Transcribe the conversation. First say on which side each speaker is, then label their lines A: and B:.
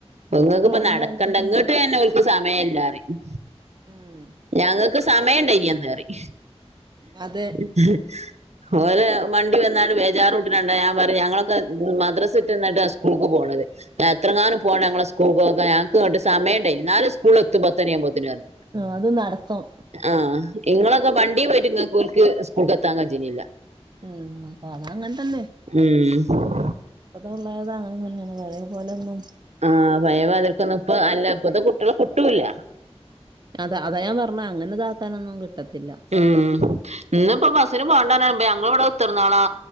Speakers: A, on the right; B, on the right.
A: ഇങ്ങെക്ക്
B: റോഡിലായിട്ടും
A: ഇപ്പം നട്ക്കെണ്ട
B: ഒക്കെ
A: ഇങ്ങെട്ട്
B: നടക്കും
A: എന്നെ ഓൽ സമയില്ലാ പറിം
B: ഉം
A: ഞങ്ങെക്ക് സമയം ഇണ്ടായില്ല ഇന്ന് പറിം
B: അതെ
A: <unintelligible> ഇവടെ മണ്ടി വന്നാണ്ട് ബേജാറൂട്ട്നെ കണ്ടാ ഞാൻ പറിം ഞങ്ങളൊക്കെ മദ്രസ് വിട്ട് വന്ന്ട്ടാ സ്കൂൾക്ക് പോണെത് എത്രങ്ങാനും പോണം ഞങ്ങളെ സ്കൂൾ ക്കെ ഞങ്ങക്ക് ഇങ്ങണ്ട് സമയമണ്ടായി നാലും സ്കൂൾ എത്തും പത്തനിയുമ്പോത്തന് പറഞ്ഞു
B: ആഹ് അത് നട്ത്തം
A: ആഹ് ഇങ്ങളൊക്കെ വണ്ടിപോയിട്ട് നിങ്ങൾക്ക് ഓല്ക് സ്കൂൾക്ക് എത്താൻ കജ്ജ്നില്ല
B: ഉം അത് അത് അങ്ങെൻ തന്നെ
A: ഉം
B: ഇപ്പത്തെ ആവുമ്പം അത് അങ്ങനെ തന്നെയാണ് പഴെ പോലെ ഒന്നും
A: ആഹ് പയേ <unintelligible> ഇപ്പ അല്ല ഇപ്പത്തെ കുട്ടികളെ കുട്ടൂല്ല
B: അതാ അതാ ഞാൻ പർണെ അങ്ങനെ ഇതാക്കാനൊന്നും കിട്ടത്തില്ല
A: ഉം ഇന് ഇപ്പോ ബസ്സിന് പോകേണ്ടപരന്ന ഞങ്ങൾ ഇവിടെ കുത്തർന്നോളാ